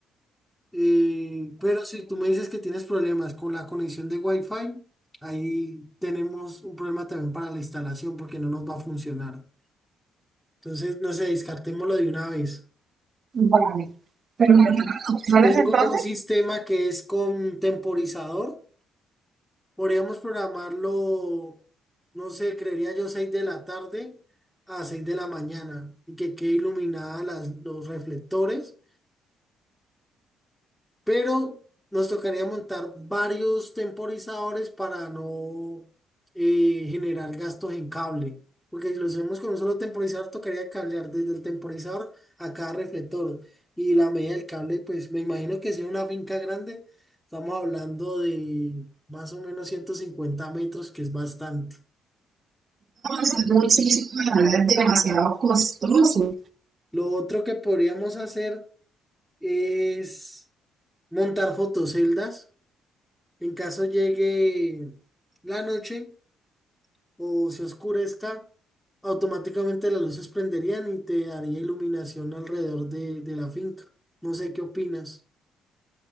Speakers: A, in the centre; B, on the right.
A: Eh, pero si tú me dices que tienes problemas con la conexión de Wi-Fi, ahí tenemos un problema también para la instalación porque no nos va a funcionar. Entonces, no sé, descartémoslo de una vez.
B: Vale. Pero, ¿las opciones
A: Tengo
B: entonces?
A: un sistema que es con temporizador. Podríamos programarlo, no sé, creería yo 6 de la tarde a 6 de la mañana y que quede iluminada las, los reflectores pero nos tocaría montar varios temporizadores para no eh, generar gastos en cable. Porque si lo hacemos con un solo temporizador, tocaría cablear desde el temporizador a cada reflector. Y la media del cable, pues me imagino que si es una finca grande, estamos hablando de más o menos 150 metros, que es bastante.
B: hacer un ejercicio para nada es demasiado costoso.
A: Lo otro que podríamos hacer es montar fotoceldas en caso llegue la noche o se oscurezca, automáticamente las luces prenderían y te daría iluminación alrededor de, de la finca. No sé qué opinas.